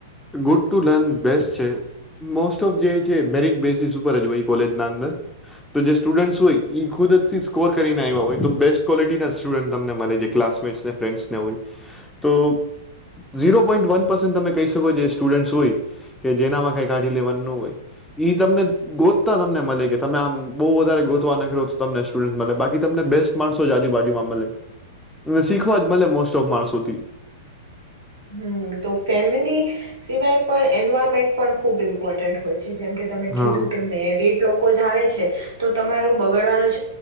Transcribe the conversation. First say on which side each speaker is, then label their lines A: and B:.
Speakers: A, in the centre; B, on the right (about 85°).
A: ગુડ ટુ લર્ન બેસ્ટ છે મોસ્ટ ઓફ જે છે મેરિટ બેઝીસ ઉપર જ હોય કોલેજના અંદર તો જે સ્ટુડન્ટસ હોય ખુદથી સ્કોર કરીને આવ્યા હોય તો બેસ્ટ ક્વોલિટીના સ્ટુડન્ટ તમને મળે ક્લાસમેટ્સને ફન્ડસને હોય તો ઝીરો પોઈન્ટ વન પસન્ટ તમે કહી. જે સ્ટુડ હોય કે જેનામાં કઈ કાઢી લેવાનું ન હોય તમને ગોતતા તમને મળે કે તમે આમ બહુ વધારે ગોતવા ના કરો તો તમને સ્ટુડ મળે બાકી તમને બેસ્ટ માણસો જ આજુબાજુમાં મળે અને શીખવા જ મળે મોસ્ટ ઓફ માણસોથી
B: હમ તો ફેમિલી સિવાય પણ એન્વાયરમેન્ટ પણ ખુબ ઇમ્પોર્ટન્ટ હોય છે. જેમ કે તમે કીધું
A: હા
B: કે મેરડ લોકો જ આવે છે તો તમારું બગડવાનું છે.